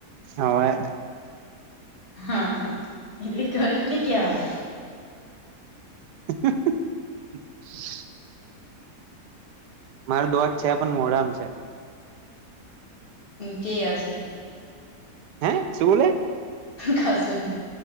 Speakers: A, on the right; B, on the left.
A: હવે.
B: હા-હા એટલી કરી નને ક હ હ.
A: <unintelligible> મારો દોજ છે, પણ મોરામ છે.
B: ચેયાશે
A: હે, શું બોલે.
B: ખાસુંને